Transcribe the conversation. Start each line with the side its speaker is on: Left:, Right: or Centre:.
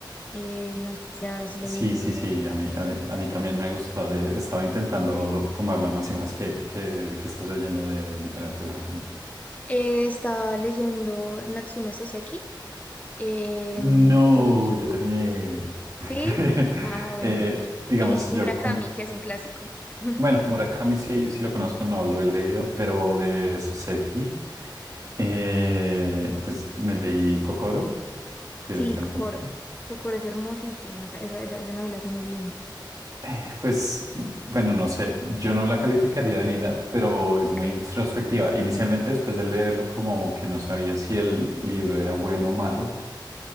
Left: eh, no sé si has leído.
Right: Sí, sí, sí, a mí, a mí, a mí también me ha gustado. eh, Estaba intentando
Left: ¿sí?
Right: tomarla más y más que, que, que estás leyendo de literatura japonesa.
Left: Eh, estaba leyendo Natsume Soseki. em,
Right: No,
Left: y
Right: yo también. <laughs>
Left: sí, ah, bueno.
Right: Eh, digamos,
Left: Y
Right: yo
Left: Murakami,
Right: com-
Left: que es un clásico. <laughs>
Right: Bueno, Murakami sí, sí lo conozco, no lo he leído, pero de Soseki, eh, pues me leí Kokoro, que,
Left: Sí,
Right: que
Left: Kokoro.
Right: lo compré.
Left: Kokoro es hermosísima. Esa, esa, esa- esa novela es muy linda.
Right: Eh, Pues, bueno, no sé, yo no la calificaría de linda, pero es
Left: Ok.
Right: muy introspectiva. Inicialmente, después de leerlo, como que no sabía si el libro era bueno o malo,